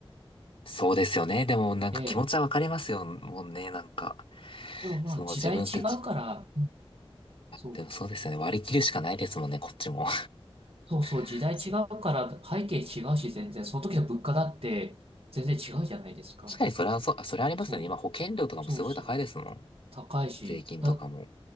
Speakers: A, on the left; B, on the right.
A: そうですよね。でもなんか気持ちはわかりますよ、
B: ええ
A: もうね、なんか。
B: でもまあ時代違うから、
A: その自分たち。
B: うんそう、
A: でもそうですよね。割り切るしかないですもんね、こっちも。
B: そうそう、
A: <laughs>
B: 時代違うから背景違うし全然、
A: そう
B: その時の物価だって全然違うじゃないですか。
A: 確かにそれはそう、あそれありますよね。
B: そう、
A: 今保険料とかもすごい高いですもん。
B: そうそう、高いし、
A: 税金とかも。
B: だ、